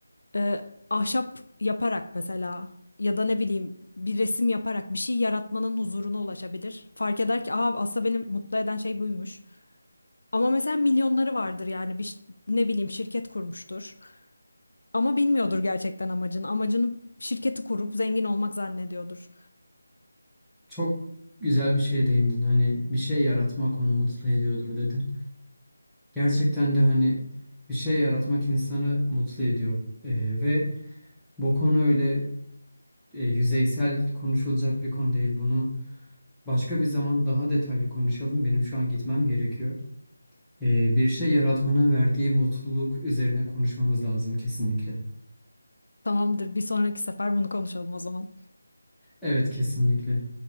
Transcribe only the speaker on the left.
e, ahşap yaparak mesela ya da ne bileyim bir resim yaparak bir şey yaratmanın huzuruna ulaşabilir. Fark eder ki Aa, aslında beni mutlu eden şey buymuş. Ama mesela milyonları vardır yani bir ş- ne bileyim şirket kurmuştur. Ama bilmiyordur gerçekten amacını. Amacını şirketi kurup zengin olmak zannediyordur.
Tamamdır, bir sonraki sefer bunu konuşalım o zaman.